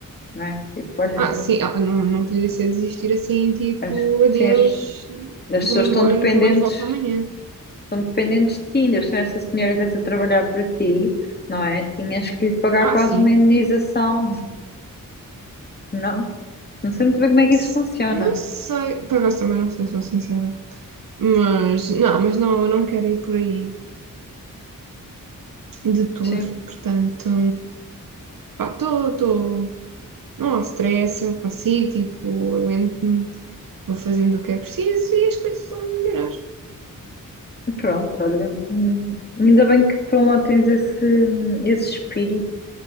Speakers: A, on the left; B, on the right.
A: não é? Tipo, olha,
B: Ah, sim, ah, não, não poderia ser desistir assim, tipo,
A: as,
B: adeus,
A: sim, as, pessoas- as
B: vou-me
A: pessoas
B: embora,
A: estão dependentes,
B: nunca mais volto amanhã.
A: estão dependentes de ti, ainda se essa senhora estás a trabalhar para ti, não é? Tinhas que lhe pagar
B: Ah,
A: quase
B: sim,
A: uma indenização, não? Não sei muito bem como é que
B: S-
A: isso funciona.
B: não sei, por acaso também não sei, sou sincera. Mas, não, mas não, eu não quero ir por aí de todo,
A: Sim,
B: portanto, pá, estou, estou. não há stress, eu consigo, tipo, aguento-me, vou fazendo o que é preciso e as coisas vão melhorar.
A: pronto, olha, hum, ainda bem que por um lado tens esse, hum, esse espírito